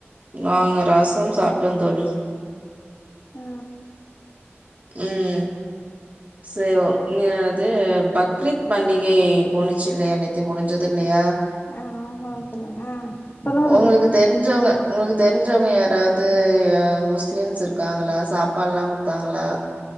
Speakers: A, on the right (about 35°); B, on the left (about 50°).
A: நாங்க ரசம் சாப்ட்டோ தோழி
B: ஆ
A: ம் சேவோ நின்னு அது பக்ரீத் பண்டிகை போனுச்சு இல்லயா நேத்து முடிஞ்சது இல்லயா
B: ஆ சொல்லுங்க ஆ சொல்லுங்க
A: ஒங்களுக்கு
B: தோழி
A: தெரிஞ்சவ்ங்க ஒங்களுக்கு தெரிஞ்சவ்ங்க யாராவ்து முஸ்லீம்ஸ் இருக்காங்களா சாப்பாட்லா குடுத்தாங்களா